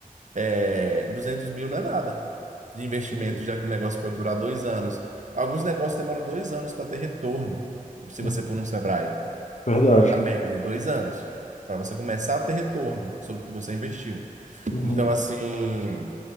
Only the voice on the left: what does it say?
Entendi.
Uhum.
Verdade.
Uhum.